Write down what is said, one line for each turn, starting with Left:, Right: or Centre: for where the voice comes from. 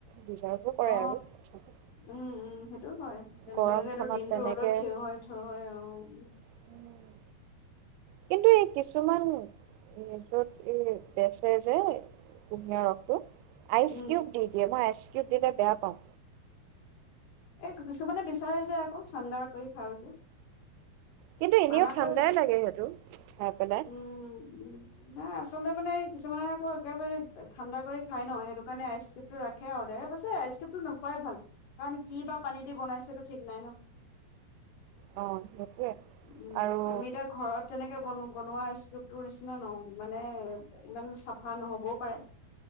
Right: ডিজাৰ্ভো কৰে
Left: অ
Right: আৰু সঁচাকে।
Left: উম, উম সেইটো হয় তেনেকেটো
Right: গৰমখনত
Left: দিনটো
Right: তেনেকে
Left: ৰ'দত থিয় হয়, থিয় হয় অহ উ
Right: উম কিন্তু এই কিছুমান যত এই বেচে যে কুঁহিয়ীয়াৰ ৰসটো আইচকিউব
Left: উম
Right: দি দিয়ে ম ই আইছ কেতিয়াবা বেয়া পাওঁ।
Left: এই, কিছুমানে বিচাৰে যে আকৌ ঠাণ্ডা কৰি খাওঁ যে
Right: কিন্তু, এনেও
Left: মানা
Right: ঠাণ্ডাই
Left: কৰি
Right: লাগে সেইটো খাই পেলাই।
Left: উম উম নাই, আচলতে মানে কিছুমানে আকৌ একেবাৰে ঠাণ্ডা কৰি খাই ন সেইটো কাৰণে আইচকিপতো ৰাখে আৰু আইচ আইচকিপতো নোখোৱাই ভাল, কাৰণ কি বা পানী দি বনাইছেতো ঠিক নাই ন।
Right: অ সেইটোৱে
Left: উম,
Right: আৰু
Left: আমি এতিয়া ঘৰত যেনেকে বনো বনোৱা আইচকিপতোৰ নিচিনা নহ মানে, ইমান চাফা নহ'বও পাৰে।